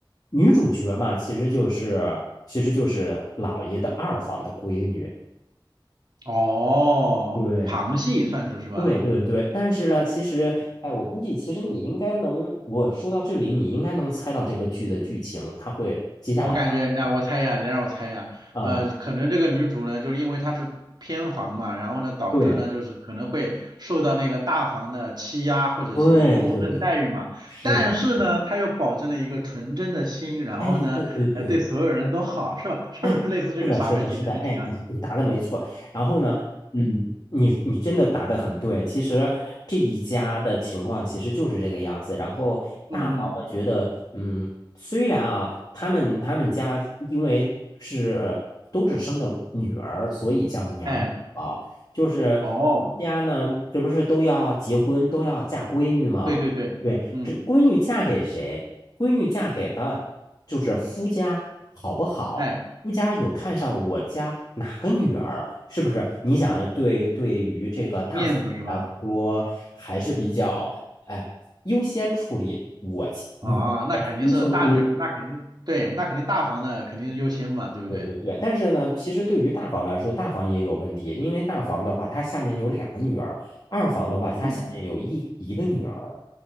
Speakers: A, on the left (about 50°); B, on the right (about 55°).
A: 女主角嘛，其实就是其实就是老爷的二房的闺女。
B: 哦，
A: 对
B: 旁系算是是吧？
A: 对对对，但是呢，其实哎，我估计其实你应该能，我说到这里，你应该能猜到这个剧的剧情，它会接下来发生什
B: 我感觉，那我猜一下，你让我猜一下，
A: 么啊？
B: 呃，可能这个女主呢，就是因为她是偏房嘛，然后呢，导致呢，
A: 对
B: 就是可能会受到那个大房的欺压，或者是就不公正待遇嘛。
A: 对对对，是的，
B: 但是呢，
A: 是的
B: 她又保证了一个纯真的心，然后呢，
A: 哎，对对对。
B: 呃，对所有人都好，是吧？<laughs> 是不是类似这个傻白甜的剧情啊？
A: 哎，是的，是的，是的，哎，你你答的没错。然后呢，嗯，你你真的答的很对。其实这一家的情况其实就是这个样子。然后大房嘛，
B: 嗯嗯，
A: 觉得，嗯，虽然啊，他们他们家因为是都只生的女儿，所以叫娘啊，
B: 哎，
A: 就是
B: 哦，
A: 家呢，这不是都要结婚，都要嫁闺女吗？
B: 对对对，
A: 对，
B: 嗯，
A: 这闺女嫁给谁？闺女嫁给的就是夫家好不好？
B: 哎，
A: 夫家有看上我家哪个女儿，是不是？你想，对对于这个大夫来说，
B: 面子是吧？
A: 还是比较哎优先处理我我的亲生闺女
B: 啊，那肯定是大女，那肯定对，那肯定大房的肯定是优先嘛，对不对？
A: 对对对，但是呢，其实对于大房来说，大房也有问题，因为大房的话，他下面有两个女儿；二房的话，他下面有一一个女儿，
B: 嗯。